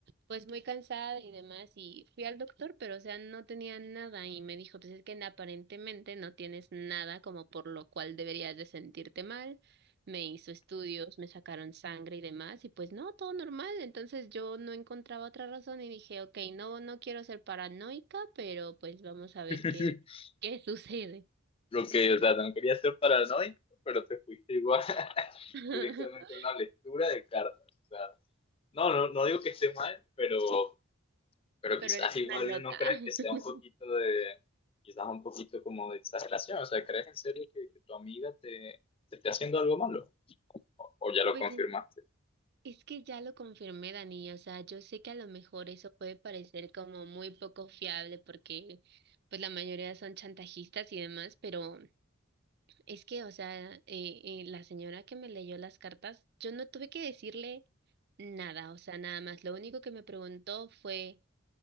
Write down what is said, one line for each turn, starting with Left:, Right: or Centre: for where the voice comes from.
Right: pues muy cansada y demás y fui al doctor, pero o sea, no tenía nada y me dijo, pues es que aparentemente no tienes nada como por lo cual deberías de sentirte mal me hizo estudios, me sacaron sangre y demás, y pues no, todo normal. Entonces yo no encontraba otra razón y dije, ok, no, no quiero ser paranoica, pero pues vamos a ver
Left: <laughs>
Right: qué, qué sucede.
Left: Lo que, o sea, no quería ser paranoico, pero te fuiste igual <laughs>
Right: <laughs>
Left: directamente a una lectura de cartas. O sea, no, no, no digo que esté mal, pero, pero
Right: Pero
Left: quizás
Right: eres
Left: igual
Right: una loca.
Left: no crees
Right: <laughs>
Left: que sea un poquito de, quizás un poquito como de exageración. O sea, ¿crees en serio que, que tu amiga te, te esté haciendo algo malo? ¿O ya lo
Right: Pues
Left: confirmaste?
Right: es que ya lo confirmé, Dani, o sea, yo sé que a lo mejor eso puede parecer como muy poco fiable porque pues la mayoría son chantajistas y demás, pero Es que, o sea, eh, eh, la señora que me leyó las cartas, yo no tuve que decirle nada, o sea, nada más. Lo único que me preguntó fue,